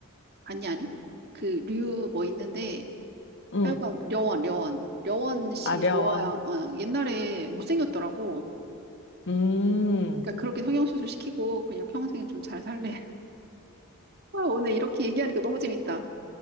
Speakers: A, on the right (about 45°); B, on the left (about 55°).
A: 아니 아니 그 류 뭐 있는데
B: 응,
A: 하여간 려원 려원 려원 씨
B: 아려원.
A: 좋아요. 어, 옛날에 못생겼더라고.
B: 음,
A: 그러니까 그렇게 성형수술 시키고 그냥 평생 좀 잘 살래. <laughs> 아, 오늘 이렇게 얘기하니까 너무 재밌다.